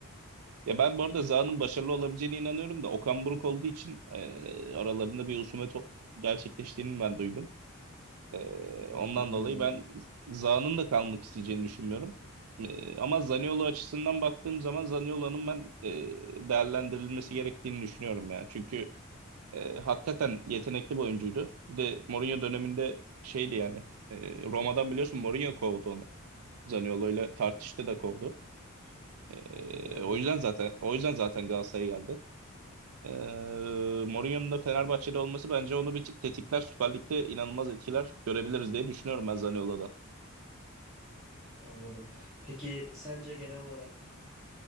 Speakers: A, on the right; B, in the centre.
A: Ya ben bu arada Zaha'nın başarılı olabileceğine inanıyorum da Okan Buruk olduğu için e, aralarında bir husumet o- gerçekleştiğini ben duydum. E,
B: Doğrudur
A: ondan
B: bilmiyorum.
A: dolayı ben Zaha'nın da kalmak isteyeceğini düşünmüyorum. E, ama Zaniolo açısından baktığım zaman Zaniolo'nun ben e, değerlendirilmesi gerektiğini düşünüyorum ya. Çünkü E, hakikaten yetenekli bir oyuncuydu. Bir de Mourinho döneminde şeydi yani. e, Roma'dan biliyorsun Mourinho kovdu onu. Zaniolo ile tartıştı da kovdu. E,
B: Doğrudur.
A: o yüzden zaten o yüzden zaten Galatasaray'a geldi. E, Mourinho'nun da Fenerbahçe'de olması bence onu bir tık tetikler. Süper Lig'de inanılmaz etkiler görebiliriz diye düşünüyorum ben Zaniolo'dan.
B: Anladım. Peki sence genel olarak